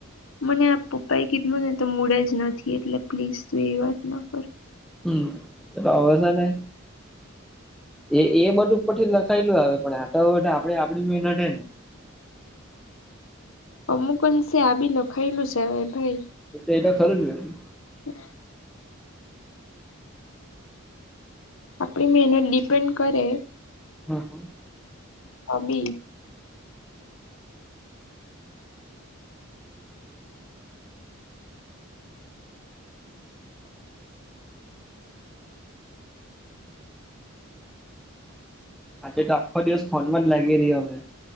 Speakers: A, on the left (about 70°); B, in the centre.
A: મને આ પપ્પા એ કીધેલું ને તો મુડ જ નથી. એટલે પ્લીઝ તું એ વાત ન કર.
B: હમ તો આવે સે ને? એ એ બધું ઉપર થી લખાયેલું આવે પણ આત આપડે આપણી મહેનત જ ને
A: અમુક અંશે આબી લખાયલું જ આવે ભાઈ.
B: એ તો ખરું જ લખ્યું.
A: હ આપણી મહેનત ડિપેન્ડ કરે
B: હમ
A: હોબી
B: આજે તો આખ્ખો દિવસ ફોન માંજ લાગી રહ્યાં અમે.